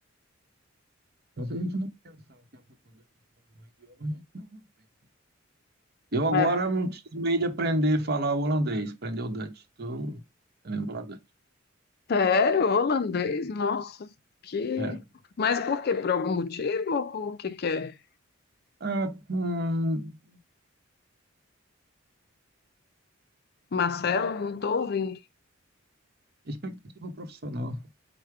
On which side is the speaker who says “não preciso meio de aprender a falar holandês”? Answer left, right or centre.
Right